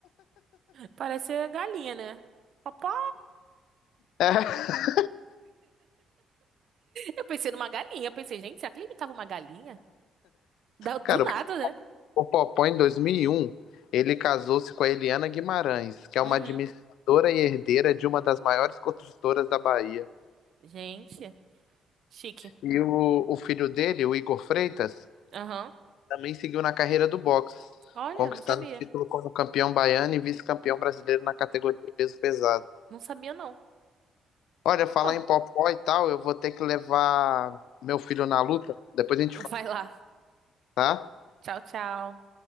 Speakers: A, on the right; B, on the left.
A: Parece galinha, né? Papá.
B: <laughs>
A: Eu pensei numa galinha. Eu pensei, gente, será que ele imitava uma galinha? Da- Do
B: Cara,
A: nada, né?
B: o Popó em 2001, ele casou-se com a Eliana Guimarães, que é
A: Uhum.
B: uma administradora e herdeira de uma das maiores construtoras da Bahia.
A: Gente, chique.
B: E o, o filho dele, o Igor Freitas,
A: Aham.
B: também seguiu na carreira do boxe,
A: Olha,
B: conquistando
A: não sabia.
B: o título como campeão baiano e vice-campeão brasileiro na categoria peso pesado.
A: Não sabia, não.
B: Olha, falar
A: Pô.
B: em Popó e tal, eu vou ter que levar meu filho na luta, depois a gente fala,
A: Vai lá.
B: tá?
A: Tchau, tchau.